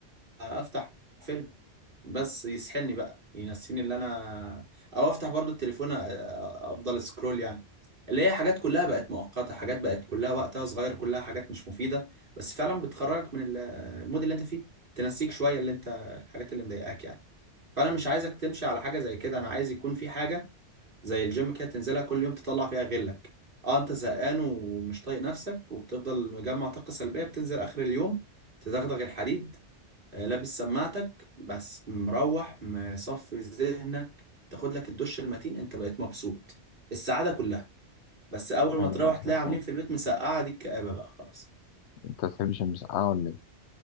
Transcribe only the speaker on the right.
افتح فيلم بس يسحلني بقى ينسيني اللي انا او افتح برضو التليفون أ- افضل سكرول يعني اللي هي حاجات كلها بقت مؤقتة حاجات بقت كلها وقتها صغير كلها حاجات مش مفيدة بس فعلا بتخرجك من ال- آه، المود اللي انت فيه تنسيك شوية اللي انت الحاجات اللي مضايقاك يعني فانا مش عايزك تمشي على حاجة زي كده انا عايز يكون في حاجة زي الجيم كده تنزلها كل يوم تطلع فيها غلك اه انت زهقان ومش طايق نفسك وبتفضل مجمع طاقة سلبية بتنزل اخر اليوم تدغدغ الحديد آه، لابس سماعتك بس مروح مصفي ذهنك تاخد لك الدش المتين انت بقيت مبسوط السعادة كلها بس اول
ما تروح
تلاقي عاملين
في البيت مسقعة دي الكآبة بقى خلاص